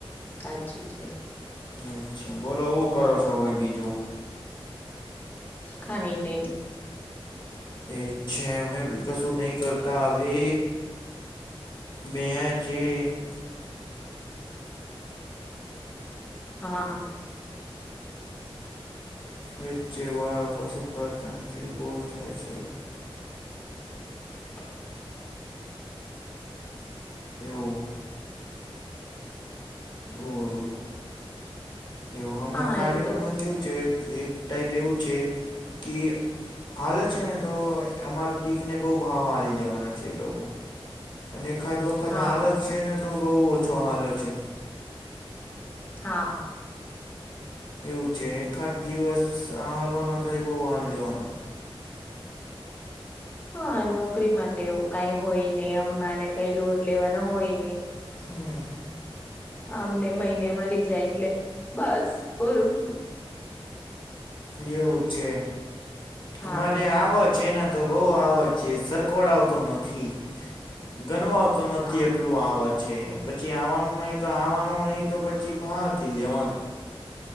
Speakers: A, on the left; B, on the left.
A: સાચું છે.
B: અચ્છા, બોલો. કરો છો ભાઈ બીજું?
A: કઈ નહી.
B: એ છે, અમે ભી કશું નહી કરે. તાવે બેચ <unintelligible>
A: હા, હા.
B: <unintelligible> બો થાય છે.
A: <inaudible>
B: એવું. ઓ એવું હમાર
A: હા
B: ફાર્મિંગમાં
A: એ તો
B: કેવું છે, એક ટાઈપ એવું છે, કે હાલે છે, ને તો અમાર પીકને બો ભાવ હાલી દેવાના છે, એ લોકો અને એખાદ વખત
A: હા
B: હાલત છે, ને તો બો ઓછો હાલે છે.
A: હા.
B: એવું છે, એખાદ દિવસ હાલવાના તો એ બો હાલ દેવાના
A: હા નોકરીમાં તો એવું કાઈ હોય ને અમારે કઈ લોડ લેવાના હોય ની
B: હમ.
A: અમને મહિને મલી જાય એટલે બસ પૂરું
B: એવું છે,
A: હા
B: અમારે આવ છે, ન તો બો આવજ છે. સરખો આવતો નથી ગણ તો નથી
A: હા
B: એટલું આવ છે, પછી આવવાનું નહી તો આવવાનું નહી તો પછી બહારથી લેવાનું